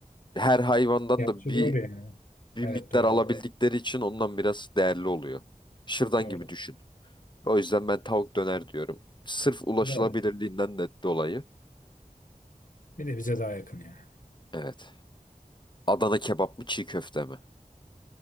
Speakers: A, on the left; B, on the left.
A: her hayvandan
B: Gerçi
A: da bir
B: doğru yani.
A: bir
B: Evet
A: miktar
B: doğru
A: alabildikleri
B: doğru.
A: için ondan biraz değerli oluyor. Şırdan
B: Doğru.
A: gibi düşün. O yüzden ben tavuk döner diyorum. Sırf ulaşılabilirliğinden
B: Evet.
A: de dolayı.
B: Bir de bize daha yakın ya.
A: Evet. Adana kebap mı çiğ köfte mi?